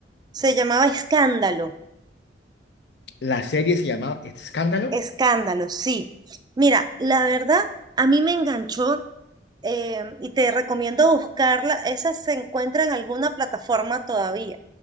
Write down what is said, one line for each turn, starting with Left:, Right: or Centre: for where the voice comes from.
Right: Se llamaba Escándalo.
Left: La serie se llamaba Escándalo.
Right: Escándalo, sí. Mira, la verdad, a mí me enganchó eh, y te recomiendo buscarla. Esa se encuentra en alguna plataforma todavía.